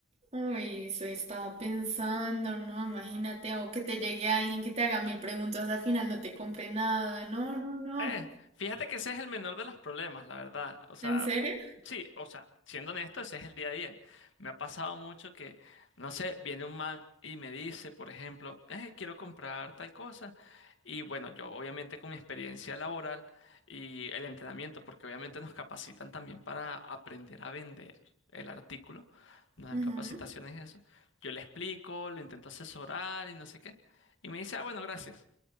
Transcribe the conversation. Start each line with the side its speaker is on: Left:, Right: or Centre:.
Right: Uy, eso estaba pensando, ¿no? Imagínate, o que te llegue alguien que te haga mil preguntas, al final no te compre nada. No, no, no.
Left: Eh, fíjate que ese es el menor de los problemas, la verdad. O sea,
Right: ¿En serio?
Left: sí, o sea, siendo honesto, ese es el día a día. Me ha pasado mucho que, no sé, viene un man y me dice, por ejemplo, eh, quiero comprar tal cosa. Y bueno, yo obviamente con mi experiencia laboral y el entrenamiento, porque obviamente nos capacitan también para aprender a vender el artículo, nos dan
Right: Ujú.
Left: capacitaciones y eso. Yo le explico, lo intento asesorar y no sé qué. Y me dice, ah, bueno, gracias.